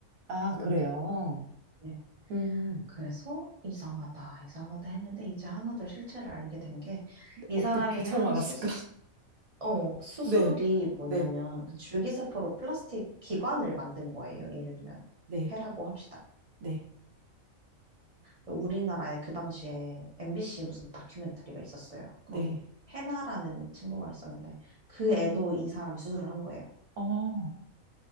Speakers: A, on the right; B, on the right.
A: 아, 그래요.
B: 네.
A: 음, 음.
B: 그래서 이상하다, 이상하다 했는데 이제 하나둘 실체를 알게 된 게 이
A: 어떻게
B: 사람이
A: 처음
B: 한
A: 알았을까?
B: 수술,
A: <laughs>
B: 어, 수술이
A: 네,
B: 뭐냐면
A: 네,
B: 그 줄기세포로 플라스틱 기관을 만든 거예요. 예를 들면
A: 네,
B: 폐라고 합시다.
A: 네,
B: 우리나라에 그 당시에 MBC 무슨 다큐멘터리가 있었어요.
A: 네,
B: 거기 해나라는 친구가 있었는데 그
A: 음,
B: 애도 이 사람이 수술을 한 거예요.
A: 음. 어,